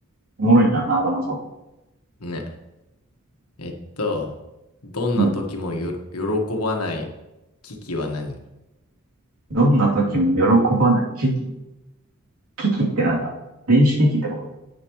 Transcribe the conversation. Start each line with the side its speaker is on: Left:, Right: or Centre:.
Right: おもろいな、なぞなぞ。
Left: ね。えっと、どんな時もよろ、
Right: うん。
Left: 喜ばない機器は何
Right: どんな時も喜ばない。危機。危機ってなんだ電子機器ってこと